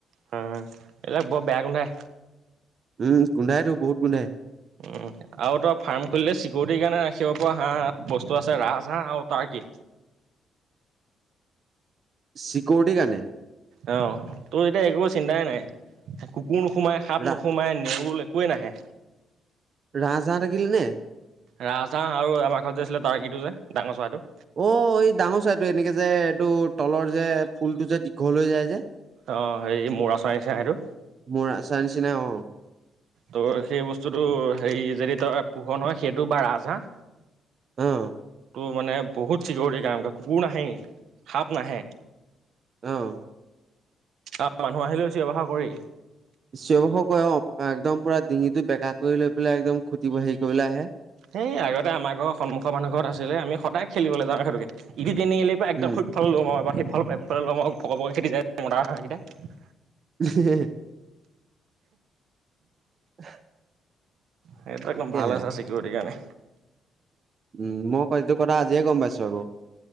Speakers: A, on the right; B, on the right.
A: হয় এই বিলাক বৰ বেয়া গোন্ধাই
B: উম গোন্ধাই টো বহুত গোন্ধাই
A: উম আৰু তই ফাৰ্ম খুলিলে চিকিউৰিটিৰ কাৰণে ৰাখিব পৰা হাঁহ বস্তু আছে ৰাজ হাঁহ আৰু তাৰ কি
B: চিকউৰিটি কাৰনে
A: অ তোৰ তেতিয়া একো চিন্তাই নাই কুকুৰ নোসোমাই সাপ
B: ৰা
A: নোসোমায় নেউল একোৱেই নাহে
B: ৰাজহাঁহ থাকিলে নে
A: ৰাজ হাঁহ আৰু আমাৰ ঘৰত যে আছিলে তাৰকীটো যে ডাঙৰ চৰাইটো
B: অ এই ডাঙৰ চৰাইটো এনেকে যে এইটো তলৰ যে ফুলটো যে দীঘল হৈ যায় যে
A: অ হেৰি মৌৰা চৰাই নিচিনা সেইটো
B: মৰা চৰাই নিচিনা অ
A: ত' সেই বস্তুটো হেৰি যদি তই পোহ নহয় সেইটো বা ৰাজ হাঁহ
B: অ
A: তোৰ মানে বহুত চিকৰিটি কুকুৰ নাহেই সাপ নাহে
B: অ
A: আহ মানুহ আহিলো চিঞৰ বাষৰ কৰেই
B: চিঞৰ বাখৰ কৰেই অ একদম পুৰা ডিঙিটো বেকা কৰি লৈ পেলাই একদম খুটিব হেৰি কৰিবলে আহে
A: সেই আগতে আমাৰ ঘৰৰ সন্মুখৰ মানুহ ঘৰত আছিলে আমি সদায় খেলিবলৈ যাও সেইটোকে এটো তিনি আলিৰ পৰা একদম
B: উম
A: এইফালে লৰ মাৰো এবাৰ সিফালৰ পৰা এই ফালে লৰ মাৰো পকৰে পকৰে খেদি যায় মতা হাঁহ কেইটাই
B: <unintelligible> <unintelligible>
A: সেই পাকো
B: তাকেহে
A: ভাল আছে চিকৰিটিৰ কাৰণে।
B: উমঁ' মই আকৌ এইটো কথা আজিয়ে গম পাইছো আকৌ।